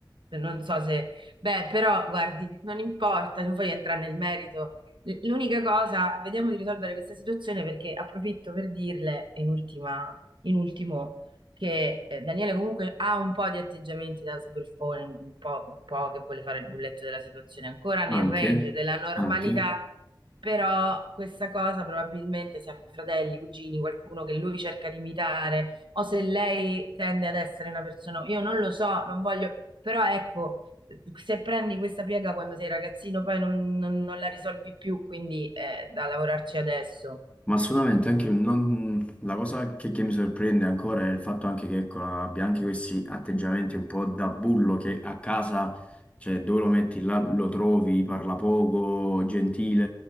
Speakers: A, on the right (about 80°); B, on the left (about 15°).
A: non so se... Beh, però, guardi, non importa, non voglio entrare nel merito. L- L'unica cosa, vediamo di risolvere questa situazione perché approfitto per dirle, in ultima, in ultimo, che eh, Daniele comunque ha un po' di atteggiamenti da sbruffone, un po', un po' che vuole fare il bulletto della situazione, ancora nel
B: Anche,
A: range della normalità
B: anche.
A: però questa cosa probabilmente sia fratelli, cugini, qualcuno che lui cerca di imitare, o se lei tende ad essere una persona, io non lo so, non voglio, però ecco, se prendi questa piega quando sei ragazzino, poi non, non- non la risolvi più, quindi è da lavorarci adesso.
B: Ma assolutamente, anche non- la cosa che, che mi sorprende ancora è il fatto anche che ecco, abbia anche questi atteggiamenti un po' da bullo che a casa, cioè dove lo metti là lo trovi, parla poco, gentile.